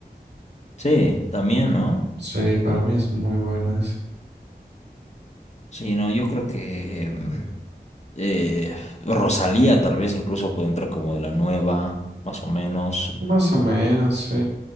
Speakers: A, on the left; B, on the right.
A: Sí, también, ¿no?
B: Sí, para mí es muy bueno ese.
A: Sí, no, yo creo que mm, eh, Rosalía tal vez incluso puede entrar como de la nueva, más o menos.
B: Más o menos, sí.